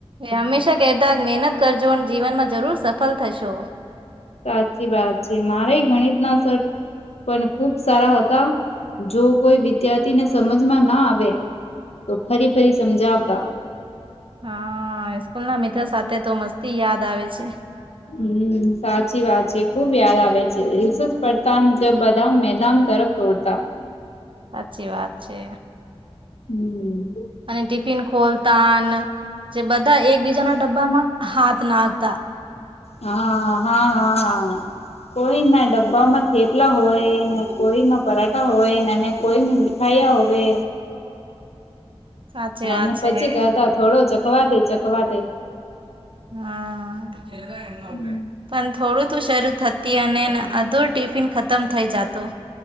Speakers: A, on the right; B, on the left.
A: એ હંમેશા કહેતા મહેનત કરજો જીવનમાં જરૂર સફળ થશો.
B: સાચી
A: હમ.
B: વાત છે મારે ગણિતના સર પણ ખુબ સારા હતા જો કોઈ વિદ્યાર્થીને સમજમાં ના આવે તો ફરી ફરી સમજાવતા
A: હા સ્કૂલ ના મિત્ર સાથે તો મસ્તી યાદ આવે છે.
B: હમ સાચી વાત છે ખુબ યાદ આવે છે રિસેસ પડતા મુજબ બધા મેદાન તરફ તોડતા
A: સાચી વાત છે.
B: હમ્મ.
A: અને ટિફિન ખોલતા જે બધા એકબીજાના ડબ્બામાં હાથ નાખતા.
B: હા હા હા કોઈ ના ડબ્બામાં થેપલા હોય ને કોઈમાં પરાઠા હોયને કોઈ મી ખાયા હવે
A: સાચી
B: અને
A: વાત
B: એને
A: છે.
B: પછી કતા થોડો ચખવા દે ચખવા દે
A: હા.
B: હમ્મ
A: પણ થોડું તું શરૂ થતી અને અધૂર ટિફિન ખતમ થઇ જતું.